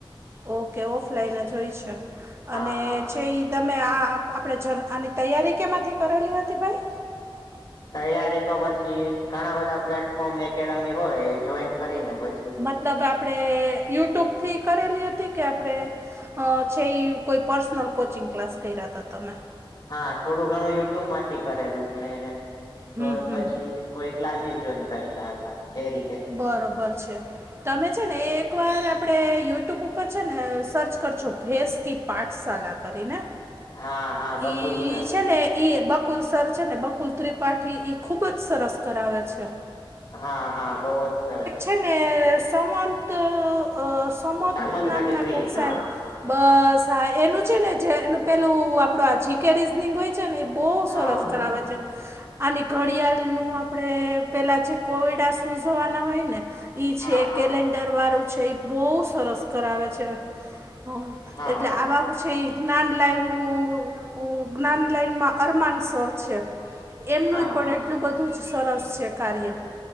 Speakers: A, on the right; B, on the left.
A: ઓ કે ઓફલાઈન જ હોય છે અને
B: હા હા
A: છે ઈ તમે આ આપ આપણે જર આની તૈયારી કેમાંથી કરેલી હતી ભાઈ?
B: તૈયારી તો પછી ઘણા બધા પ્લેટફોર્મ એકેડમી હોય, એ જોઈને કરીને પ
A: મતલબ આપડે યુટ્યુબ થી કરેલી અતી કે, આપડે અ છે ઈ કોઈ પર્સનલ કોચિંગ ક્લાસ કયરા અતા તમે.
B: હા, થોડું ઘણું યુટ્યુબ માંથી કરેલું ને
A: હમ
B: તોય
A: હમ
B: પછી કોઈ ક્લાસીસ જોઈન કરેલા અતા, એ રીત
A: બરોબર છે. તમે છે ને એ-એકવાર આપડણે યુટ્યુબ ઉપર છે ને સર્ચ કરજો ભેંસકીપ. પાઠસાલા કરીને,
B: હા હા બકુલ
A: ઈ
B: સર
A: છે ને ઈ બકુલ સર છે ને બકુલ ત્રિપાઠી, ઇ ખૂબ જ સરસ કરાવે છે.
B: હા-હા, બોવ જ છરછ.
A: એને સમન
B: <inaudible>
A: અ સમથ
B: સામંત
A: નામના
B: ગઢવી
A: કોક
B: હા
A: સે બસ હા એનુ છે ને, જે એનુ પેલુ આપડો જેકે રીઝનીંગ ઓય છે ને એ બોવ સરસ
B: હા
A: કરાવે છે.
B: <inaudible>
A: અને ઘડિયાલનું આપડણે પેલા જે કોયડા સ ઉઝવાના હોય ને, ઈ
B: હા
A: છે
B: હા
A: કેલેન્ડર વારો છે. એ બોઓ સરસ કરાવે છે. હ,
B: હા
A: એટલે
B: હા
A: આવા હો છે ઇ જ્ઞાન લાયવુ-ઉ જ્ઞાન લાઈનમા અરમાનસર છે. એમનુય
B: હા
A: પણ
B: હા
A: એટલુ બધુ જ સરસ છે, કાર્ય.